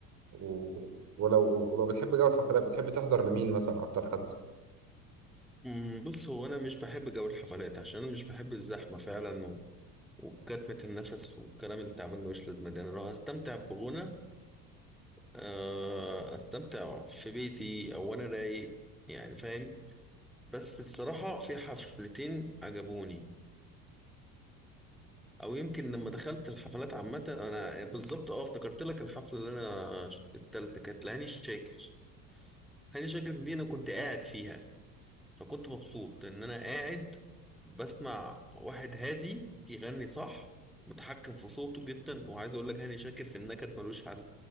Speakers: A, on the right; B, in the centre.
A: و... ولو ولو بتحب جو الحفلات بتحب تحضر لمين مثلا أكتر حد؟
B: أمم، بص هو أنا مش بحب جو الحفلات عشان أنا مش بحب الزحمة فعلا و... وكتمة النفس والكلام اللي تعبان ملوش لازمة ده أنا لو هستمتع بغنى آه، أستمتع في بيتي أو أنا رايق يعني فاهم بس بصراحة في حفلتين عجبوني او يمكن لما دخلت الحفلات عامه انا بالظبط اه افتكرت لك الحفله اللي انا ش- التالتة كانت لهاني شاكر هاني شاكر دي انا كنت قاعد فيها فكنت مبسوط ان انا قاعد بسمع واحد هادي بيغني صح متحكم في صوته جدا وعايز اقول لك هاني شاكر في النكد ملوش حل